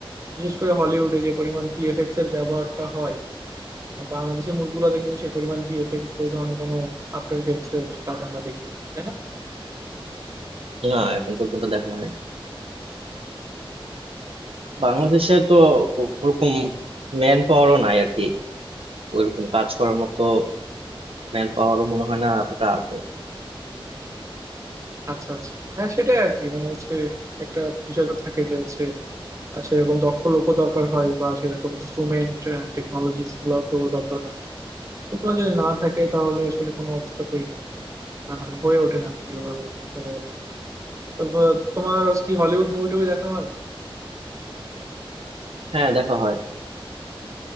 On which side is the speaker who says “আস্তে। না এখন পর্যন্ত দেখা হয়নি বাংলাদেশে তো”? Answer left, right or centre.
Right